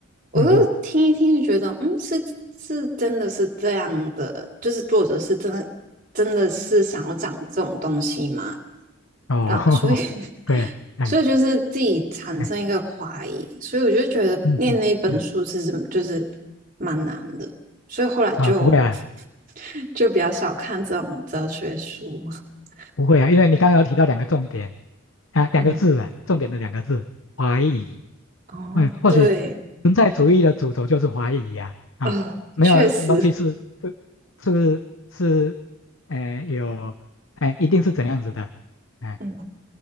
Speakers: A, on the right (about 40°); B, on the left (about 75°).
A: 我就听一听就觉得，
B: 嗯嗯，
A: 嗯，是是真的是这样的，就是作者是真的真的是想要讲这种东西吗？
B: 哦，
A: 啊，所以 <laughs>
B: <laughs> 对，哎
A: 所以就是自己产生一个怀疑，
B: 哎
A: 所以我就觉得念那本书其实就是
B: 嗯嗯嗯，
A: 蛮难的，所以后来就
B: 啊，不会啊。
A: <laughs> 就比较少看这种哲学书。<laughs>
B: 不会啊，因为你刚刚有提到两个重点啊，两个字啊，
A: 嗯，
B: 重点的两个字，怀疑。
A: 哦，
B: 嗯，或许
A: 对，
B: 存在主义的主轴就是怀疑呀、啊，
A: 呃，
B: 啊没有什么东西是是是是，
A: 确实，
B: 呃，有，哎、一定是怎样子的，哎、
A: 嗯，